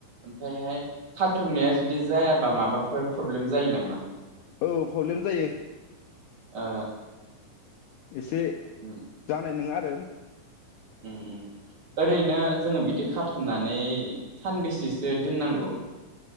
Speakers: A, on the right (about 40°); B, on the left (about 80°).
A: ओमफ्रायहाय खाथुमनाया जुदि जायाबा माबाफोर प्रब्लेम जायो नामा?
B: औ प्रब्लेम जायो
A: ओ
B: एसे
A: उम
B: जानाय नङा आरो
A: उम ओरैनो जोङो बिदि खाथुमनानै सानबेसेसो दोननांगौ